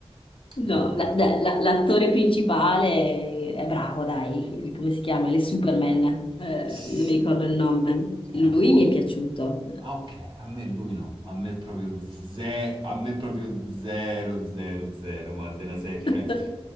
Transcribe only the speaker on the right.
mamma
mia.
eh,
s-
eh,
oh,
Ah, ok, a me lui no, a me proprio zero, a me proprio zero, zero, zero, ma della serie,
cioè,